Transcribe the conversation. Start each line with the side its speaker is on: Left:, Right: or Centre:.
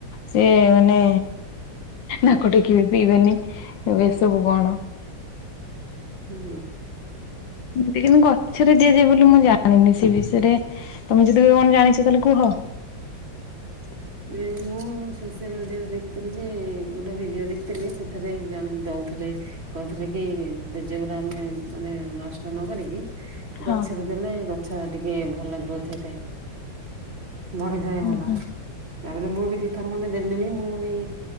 Left: ସେ ମାନେ ନାକ ଟେକିବେ ପିଇବେନି ଏ ଏସବୁ କଣ।
Right: ହୁଁ।
Left: ଏମିତି କିନ୍ତୁ ଗଛରେ ଦିଆଯାଏ ବୋଲି ମୁଁ ଜାଣିନି ସେ ବିଷୟ ରେ। ତମେ ଯଦିବି କଣ ଜାଣିଛ ତାହେଲେ କୁହ? <inaudible>
Right: ଯେ ମୁଁ ସୋସିଆଲ ମିଡିଆରେ ଦେଖିଥିଲି ଯେ ଗୋଟେ ଭିଡିଓ ଦେଖିଥିଲି ସେଥିରେ ଜଣେ ଦଉଥିଲେ କହିଥିଲେ କି ପେଜ ଗୁଡା ଆମେ ମାନେ ନଷ୍ଟ ନ କରିକି
Left: ହଁ।
Right: ଗଛରେ ଦେଲେ ଗଛ ଟିକେ ଭଲ ଗ୍ରୋଥ ହେଇଥାଏ। ବଢିଥାଏ
Left: ହୁଁ
Right: ଭଲ
Left: ହୁଁ।
Right: ତା ପରେ ମୁଁ ବି ଦିଥର ଖଣ୍ଡେ ଦେଲିଣିି ମୁଁ ବି